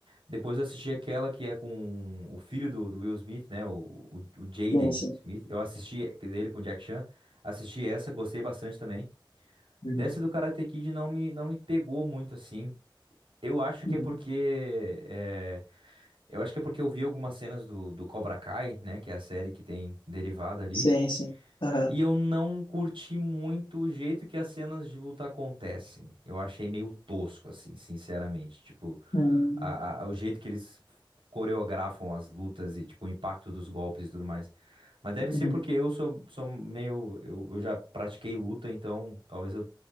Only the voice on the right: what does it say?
Depois eu assisti aquela que é com o filho do, do Will Smith, né? O, o, o Jaden
Smith. Eu assisti a dele com o Jack Chan. Assisti essa, gostei bastante também.
Dessa do Karate Kid não me, não me pegou muito assim. Eu acho que
é porque. é, eu acho que é porque eu vi algumas cenas do, do Cobra Kai, né? Que é a série que tem derivada ali.
E eu não curti muito o jeito que as cenas de luta acontecem. Eu achei meio tosco, assim, sinceramente. Tipo,
a- a- o jeito que eles coreografam as lutas e, tipo, o impacto dos golpes e tudo mais. Mas deve ser
porque eu sou, sou meio. Eu, eu já pratiquei luta, então talvez eu,